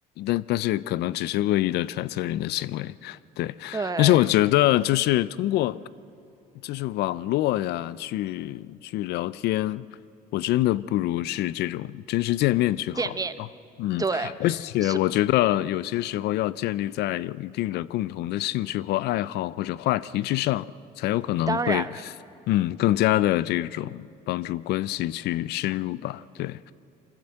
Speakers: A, on the left; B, on the right.
A: 但但是可能只是恶意的揣测人的行为，对。
B: 对，
A: 但是我觉得就是通过就是网络呀，去去聊天，我真的不如是这种真实见面去好啊。
B: 见面，
A: 嗯，
B: 对，
A: 而且我觉得有些时候要建立在有一定的共同的兴趣或爱好或者话题之上，
B: 所
A: 才有可能会，
B: 当然了。
A: 嗯，更加的这种帮助关系去深入吧。对，